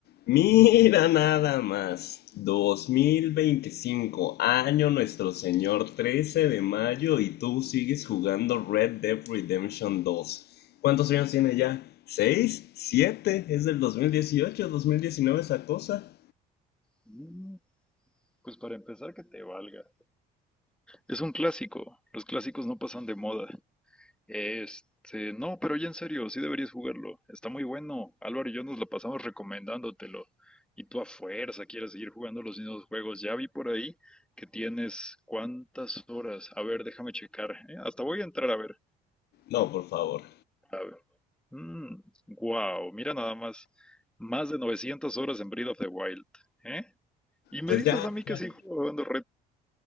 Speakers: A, on the left; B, in the centre.
A: Mira nada más, 2025, año Nuestro Señor, 13 de mayo y tú sigues jugando Red Dead Redemption 2. ¿Cuántos años tiene ya? 6, 7. ¿Es del 2018, 2019 esa cosa?
B: Mm, Pues para empezar, que te valga. Es un clásico. Los clásicos no pasan de moda. Este, no, pero ya en serio, sí deberías jugarlo. Está muy bueno. Álvaro y yo nos la pasamos recomendándotelo. Y tú a fuerza quieres seguir jugando los mismos juegos. Ya vi por ahí que tienes cuántas horas. A ver, déjame checar. ¿eh? Hasta voy a entrar a ver.
A: No, por favor.
B: A ver. Mm, wow, mira nada más. Más de 900 horas en Breath of the Wild. ¿eh? Y me
A: Pues
B: dices
A: ya,
B: a mí que
A: ya.
B: sí jugando